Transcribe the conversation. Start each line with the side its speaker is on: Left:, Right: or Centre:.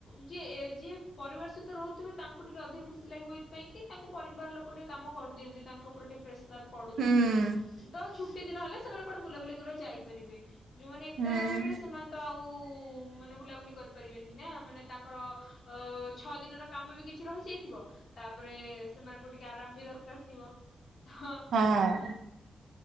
Left: ଯିଏ ଏଯେ ପରିବାର ସହିତ ରହୁଥିବେ। ତାଙ୍କୁ ଟିକେ ଅଧିକ ଖୁସି ଲାଗିବ ଏଇଥିପାଇଁ କି ତାଙ୍କ ପରିବାର ଲୋକ ଟିକେ କାମ କରିଦିଅନ୍ତି ତାଙ୍କ ଉପରେ ଟିକେ ପ୍ରେସର ତର୍ ପଢୁନଥିବ।
Right: ହୁଁ।
Left: ତ ଛୁଟି ଦିନ ହେଲେ ସେମାନେ କୁଆଡ଼େ ବୁଲାବୁଲି କରିବାକୁ ଯାଇପାରିବେ। ଯୋଉମାନେ ଏକା
Right: ହୁଁ
Left: ରହିବେ ସେମାନେ ତ ଆଉ-ଉ-ଉ କୁ ମାନେ ବୁଲାବୁଲି କରିପାରିବେନି ନା, ମାନେ ତାଙ୍କର ଅ ଛଅ ଦିନର କାମ ବି କିଛି ରହିଯାଇ ଥିବ, ତାପରେ ସେମାନଙ୍କୁ ଟିକେ ଆରାମ ବି ଦରକାର ଥିବ। ହଁ
Right: ହଁ
Left: ଆ